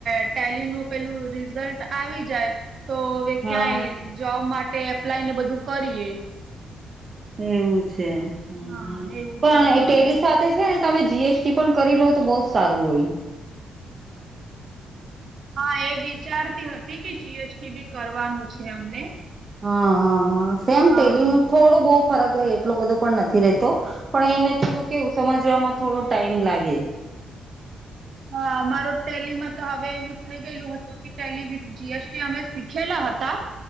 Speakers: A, on the right (about 45°); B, on the right (about 30°).
A: ટેલી નું પેલું રિઝલ્ટ આવી જાય. તો હવે
B: હા
A: ક્યાંય જોબ માટે એપ્લાય ને બધું કરીએ.
B: એવું છે હ હમ
A: હા એવું
B: પણ
A: છે હવે.
B: એ ટેલી સાથે. છે તમે જીએસટી પણ કરી લો તો બહ જ સારું હોય.
A: હા એ વિચારતી હતી કે જીએસટી બી કરવાનું છે અમને
B: હા હા હા સેમ ટેલી
A: હા.
B: ન થોડો બહુ ફરક રહે એટલો બધો પણ નથી રહેતો. પણ એને થોડું કેવું સમજમાં થોડો ટાઈમ લાગે.
A: હા, મારો ટેલીમાં તો હવે એવું થઇ ગયેલું હતું કે ટેલી ભી જી એસ ટી અમે શીખેલા હતા.